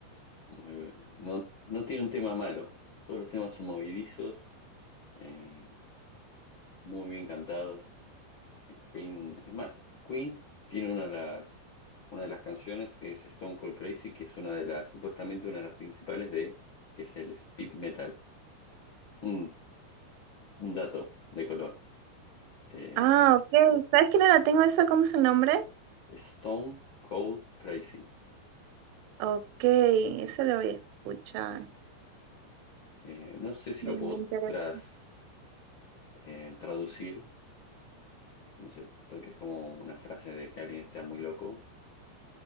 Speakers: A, on the left; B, on the right.
A: Muy, bu- no, no tiene un tema malo. Todos los temas son movidizos eh, muy bien cantados. Sí, Queen, es más, Queen tiene una de las, una de las canciones que es Stone Cold Crazy, que es una de las, supuestamente una de las principales de, que es el speed metal. Un, un dato de color. Eh,
B: Ah, ok, ¿sabes que no la tengo esa? ¿Cómo es el nombre?
A: Stone Cold Crazy.
B: Ok, eso lo voy a escuchar.
A: Eh, no sé si
B: Me,
A: lo puedo
B: me interesa.
A: tras, eh, traducir, no sé, porque es como una frase de que alguien está muy loco,